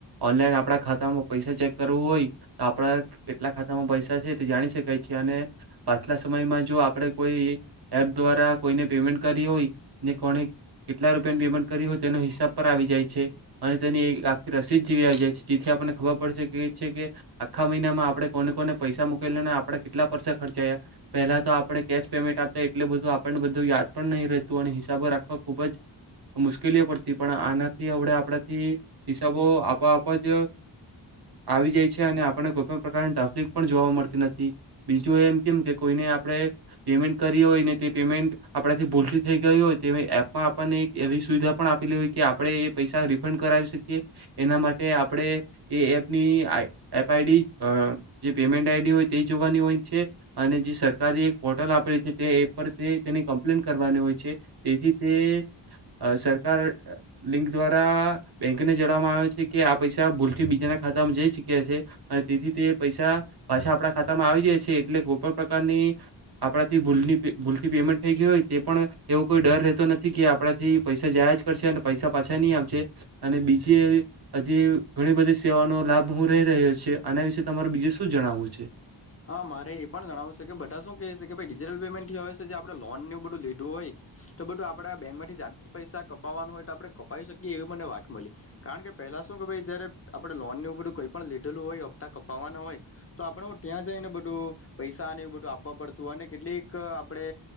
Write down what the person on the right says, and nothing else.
ઓનલાઈન આપણા ખાતામાં પૈસા ચેક કરવું હોય આપડે આટલા ખાતામાં પૈસા છે. તે જાણી શકાય છે અને પાછલા સમયમાં જો આપણે કોઈ એપ દ્વારા કોઈને પેમેન્ટ કરી હોય ને કોણે કેટલા રૂપિયાની પેમેન્ટ કરી હોય તેના હિસાબ પર આવી જાય છે. અને તેની એક આખી રસીદ જેવી આવી જાય છે. જેથી આપણને ખબર પડી શકે એ છે કે આખા મહિનામાં આપણે કોને કોને પૈસા મુકેલા ને આપણે કેટલા પૈસા ખર્ચાયા પહેલા તો આપણે કેશ પેમેન્ટ આપતા એટલે બધું આપણને બધું યાદ પણ નહી રહેતું અને હિસાબો રાખવા ખુબ જ મુશ્કેલીઓ પડતી. પણ આનાથી હવડે આપણાથી હિસાબો આપઆપ જ આવી જાય છે અને આપણે કોઈ પણ પ્ર કાર ટ્રાફ્લિક પણ જોવા મળતી નથી બીજું એમ કેમ કે કોઈને આપણે પેમેન્ટ કરી હોય ને તે પેમેન્ટ આપણાથી ભૂલતી થઈ ગઈ હોય તે એપમાં આપણને એક એવી સુવિધા પણ આપેલી હોય કે આપણે એ પૈસા રિફંડ કરાવી શકીએ એના માટે આપણે એ એપની આ એપ આઈડી અ જે પેમેન્ટ આઈડી હોય તે જોવાની હોય છે અને જે સરકારી એક પોર્ટલ આપેલી છે તે એપ પર તે તેની કમ્પ્લેન કરવાની હોય છે તેથી તે સરકાર અ લિંક દ્વારા બેંકને જણવામાં આવે છે કે આ પૈસા ભૂલથી બીજાના ખાતામાં જઈ શક્યા છે અને તેથી તે પૈસા પાછા આપણા ખાતામાં આવી જાય છે એટલે ગુ કોઈ પણ પ્રકારની આપણાથી ભૂલની પે ભૂલથી પેમેન્ટ થઈ ગઈ હોય તે પણ એવો કોઈ ડર રહેતો નથી કે આપણાથી પૈસા જાયા જ કરશે અને પૈસા પાછા ની આવશે અને બીજી એ હજી ઘણી બધી સેવાઓનો લાભ હું રહી રહ્યો છે. આના વિશે તમારે બીજું શું જણાવવું છે.